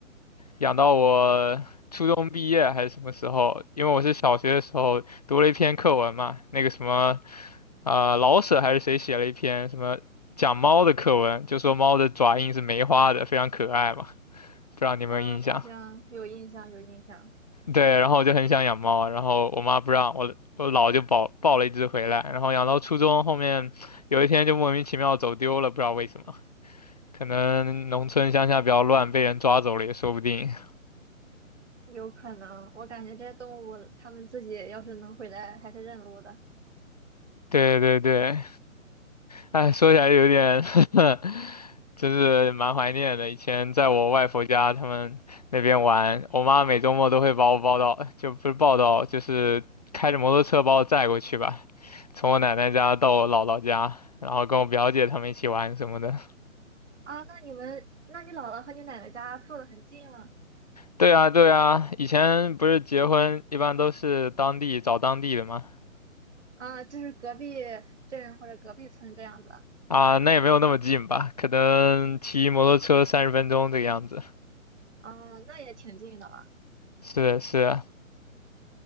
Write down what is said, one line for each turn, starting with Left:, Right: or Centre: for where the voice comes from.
Left: 养到我初中毕业还是什么时候？因为我是小学的时候读了一篇课文嘛，那个什么呃老舍还是谁写了一篇什么讲猫的课文，就说猫的爪印是梅花的，非常可爱嘛。不知道你有没有印象？
Right: 啊，好像有印象，有印象，
Left: 对，然后我就很想养猫啊，然后我妈不让我，我姥就抱抱了一只回来，然后养到初中，后面有一天就莫名其妙走丢了，不知道为什么，可能农村乡下比较乱，被人抓走了也说不定。
Right: 有可能。我感觉这些动物，它们自己要是能回来，还是认路的。
Left: <laughs> 对对对，哎，说起来有点 <laughs> 就是蛮怀念的。以前在我外婆家，他们那边玩，我妈每周末都会把我抱到，就不是抱到，就是开着摩托车把我载过去吧，从我奶奶家到我姥姥家，然后跟我表姐他们一起玩什么的。
Right: 啊，那你们，那你姥姥和你奶奶家住得很近吗？
Left: 对啊，对啊，以前不是结婚一般都是当地找当地的吗？
Right: 啊，就是隔壁镇或者隔壁村这样子。
Left: 啊，那也没有那么近吧，可能骑摩托车三十分钟这个样子。
Right: 啊，那也挺近的了。
Left: 是是，